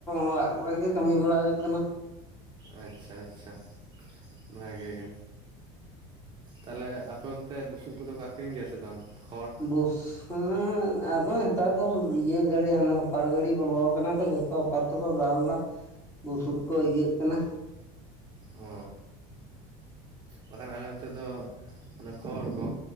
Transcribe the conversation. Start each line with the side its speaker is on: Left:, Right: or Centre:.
Left: ᱚᱲᱟᱜ ᱠᱚᱨᱮ ᱜᱮ ᱠᱟᱹᱢᱤ ᱵᱟᱲᱟ ᱦᱩᱭᱩᱜ ᱠᱟᱱᱟ᱾
Right: ᱟᱪᱪᱷᱟ ᱟᱪᱪᱷᱟ ᱵᱷᱟᱜᱮ ᱜᱮ ᱛᱟᱞᱚᱦᱮ ᱟᱯᱮ ᱚᱱᱛᱮ ᱵᱩᱥᱩᱵ ᱠᱚᱫᱚ ᱠᱚ ᱟᱠᱷᱨᱤᱧ ᱜᱮᱭᱟ ᱥᱮ ᱵᱟᱝ ᱠᱷᱚᱲ
Left: ᱵᱩᱥᱩᱵ ᱟᱫᱚ ᱱᱮᱛᱟᱨ ᱫᱚ ᱤᱭᱟᱹ ᱜᱟᱹᱲᱤ ᱦᱟᱱᱮ ᱦᱚᱯᱟᱨ ᱜᱟᱹᱲᱤ ᱵᱚᱞᱚ ᱟᱠᱟᱱᱟ ᱛᱚ ᱡᱚᱛᱚ ᱦᱚᱯᱟᱨ ᱛᱮᱠᱚ ᱫᱟᱞ ᱮᱫᱟ ᱵᱩᱥᱩᱵ ᱠᱚ ᱤᱭᱟᱹᱜ ᱠᱟᱱᱟ
Right: ᱚ ᱵᱟᱠᱷᱟᱱ ᱟᱞᱮ ᱱᱚᱛᱮ ᱫᱚ ᱠᱷᱚᱲ ᱠᱚ